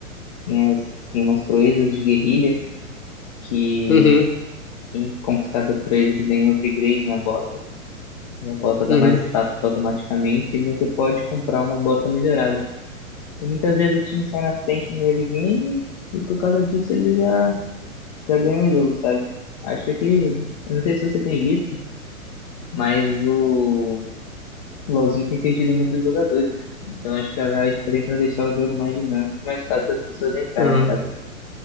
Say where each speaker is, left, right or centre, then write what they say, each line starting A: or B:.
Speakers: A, on the left; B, on the left.
A: Tem, as, tem umas proezas de guerrilha que
B: uhum,
A: quem conquistar essas proezas ganha um upgrade na bota. E a bota dá
B: uhum.
A: mais status automaticamente e você pode comprar uma bota melhorada. Então, muitas vezes o time sai na frente no early game e por causa disso ele já, já ganha o jogo, sabe? Acho que, eu não sei se você tem visto, mas o, o LoLzinho tem perdido muitos jogadores. Então acho que a Riot está tentando deixar o jogo mais dinâmico, mais fácil das pessoas entrarem,
B: aham.
A: sabe?